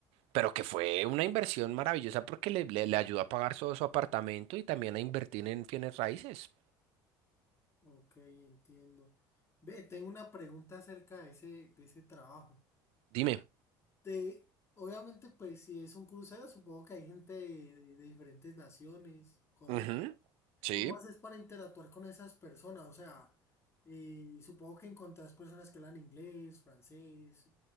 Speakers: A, on the right; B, on the left.
A: pero que fue una inversión maravillosa porque le, le, le ayudó a pagar todo su apartamento y también a invertir en bienes raíces.
B: Ok, entiendo. Ve, tengo una pregunta acerca de ese, de ese trabajo.
A: Dime.
B: Te- obviamente, pues si es un crucero, supongo que hay gente de, de- de diferentes naciones, ¿correcto?
A: Ujú. Sí.
B: ¿Cómo haces para interactuar con esas personas? O sea, eh, supongo que encontrás personas que hablan inglés, francés,